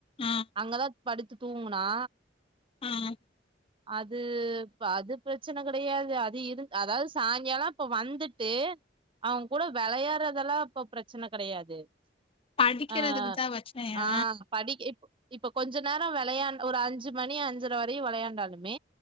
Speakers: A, on the left; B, on the right.
A: ஆ
B: அங்கத படுத்து தூங்குனா
A: ஆஹ்
B: அது இப்ப அது பிரச்சன கெடையாது அது இரு அதாவது சாயங்காலாம் இப்ப வந்துட்டு அவங்க கூட வெளையாடுறதெல்லாம் இப்ப பிரச்சனை கெடையாது
A: படிக்கிறதுக்கு
B: அஹ்
A: தா வச்சனையா
B: அஹ் ஆஹ் படிக்க இ இப்ப கொஞ்சம் நேரம் வெளையான் ஒரு அஞ்சு மணி அஞ்சுர வரையும் விளையாண்டாாலும் மெ